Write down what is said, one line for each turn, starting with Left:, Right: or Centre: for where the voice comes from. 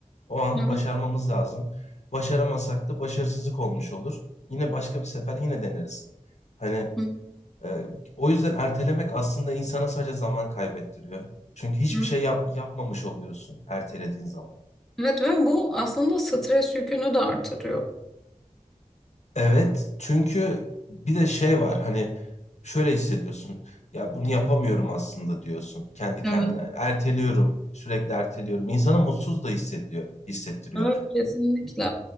Left: O an
Centre: Evet.
Left: başarmamız lazım. Başaramasak da başarısızlık olmuş olur. Yine başka bir sefer yine deneriz. Hani
Centre: Hı
Left: ee, o yüzden ertelemek aslında insana sadece zaman kaybettiriyor. Çünkü hiçbir
Centre: hı.
Left: şey yap- yapmamış oluyorsun ertelediğin zaman.
Centre: Evet ve bu aslında stres yükünü de artırıyor.
Left: Evet, çünkü bir de şey var hani şöyle hissediyorsun. Ya bunu yapamıyorum aslında diyorsun kendi kendine.
Centre: Evet.
Left: Erteliyorum, sürekli erteliyorum. İnsanı mutsuz da hissediyor, hissettiriyor.
Centre: Evet kesinlikle.